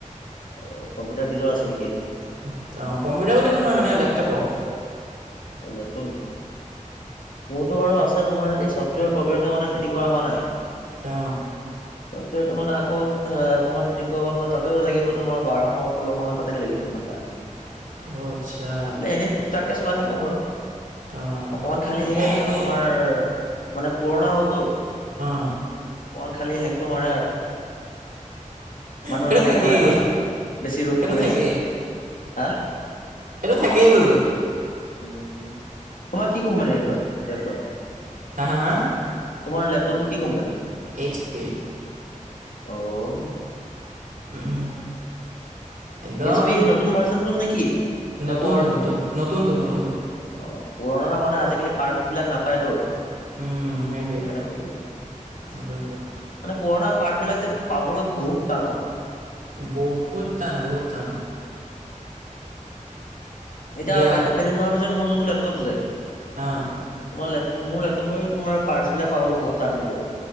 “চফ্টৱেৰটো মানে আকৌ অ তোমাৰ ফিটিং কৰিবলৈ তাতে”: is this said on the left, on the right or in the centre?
Left